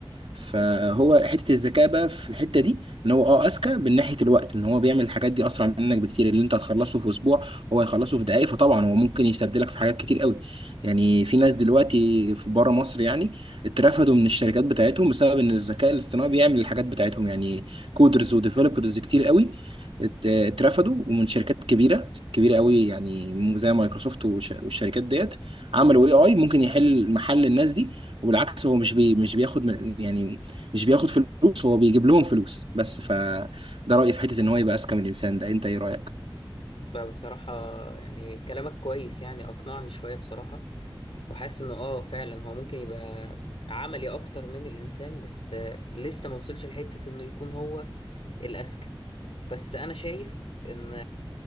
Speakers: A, on the right; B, on the left.
A: فهو حته الذكاء بقى في الحته دي ان هو اه اذكى من ناحيه الوقت ان هو بيعمل الحاجات دي اسرع منك بكتير اللي انت هتخلصه في اسبوع هو هيخلصه في دقائق فطبعا هو ممكن يستبدلك في حاجات كتير قوي يعني في ناس دلوقتي في بره مصر يعني اترفدوا من الشركات بتاعتهم بسبب ان الذكاء الاصطناعي بيعمل الحاجات بتاعتهم يعني كودرز وديفلوبرز كتير قوي ات- اترفدوا ومن شركات كبيره كبيره قوي يعني زي مايكروسوفت والش- والشركات ديت عملوا اي اي ممكن يحل محل الناس دي وبالعكس هو مش بي مش بياخد من- يعني مش بياخد فلوس هو بيجيب لهم فلوس بس فده رأيي في حتة ان هو يبقى اذكى من الانسان ده انت ايه رأيك؟
B: بقى بصراحة يعني كلامك كويس يعني أقنعني شوية بصراحة وحاسس إنه آه فعلا هو ممكن يبقى عملي أكتر من الإنسان بس آه، لسه موصلش لحتة إنه يكون هو الأذكى بس انا شايف ان